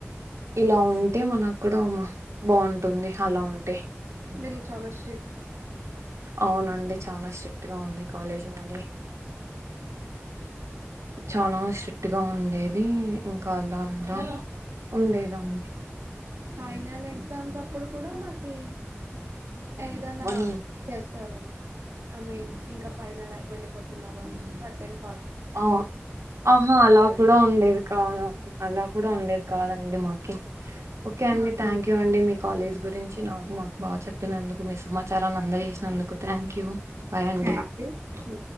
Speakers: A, on the right; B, on the right.
A: ఇలా ఉంటే మన కూడా బాగుంటుంది అలా ఉంటే
B: మీది చాలా స్రి
A: అవునండి చాలా స్ట్రిక్ట్ గా ఉంది కాలేజీ మది చాలా స్ట్రిక్ట్ గా ఉండేది ఇంకా అలా ఏదో ఉంది ఇది ఉంది
B: ఫైనల్ ఎగ్జామ్స్ అప్పుడు కూడా మాకి ఏదైనా
A: వన్
B: చెస్ తార అండి మీ ఇంకా ఫైనల్ ఐ వెళ్ళిపోతున్నారు అని టెన్
A: ఆ ఆహా అలా
B: కలిపి
A: కూడా ఉండేది కాదు అలా కూడా ఉండేది కాదండి మా ఓకే ఓకే అండి
B: మాకు
A: థ్యాంక్ యూ అండి మీ కాలేజ్ గురించి నా మా బాగా చెప్పినందుకు మీ సమాచారాన్ని అందజేసినందుకు థ్యాంక్ యూ బాయ్ అండి
B: థాంక్యూ టూ